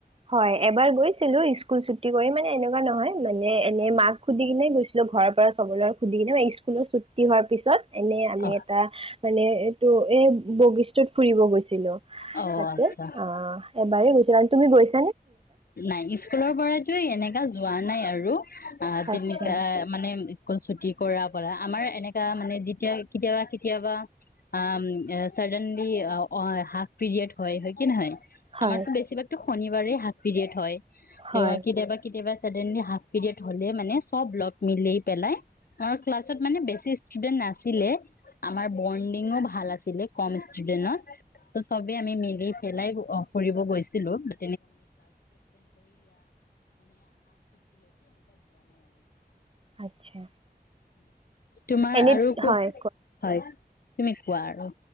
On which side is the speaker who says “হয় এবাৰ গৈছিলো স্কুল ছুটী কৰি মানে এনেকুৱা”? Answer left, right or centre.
Right